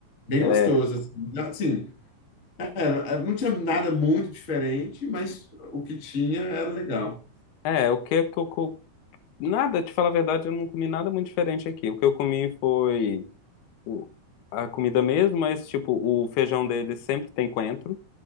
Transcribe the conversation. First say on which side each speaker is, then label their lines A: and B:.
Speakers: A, on the left (about 55°); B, on the left (about 85°).
A: bem
B: É,
A: gostosas. Assim, era- era- não tinha nada muito diferente, mas o que tinha era legal.
B: é, o que que eu. co- Nada, te falar a verdade, eu não comi nada muito diferente aqui. O que eu comi foi. o- a comida mesmo, mas tipo, o feijão deles sempre tem coentro.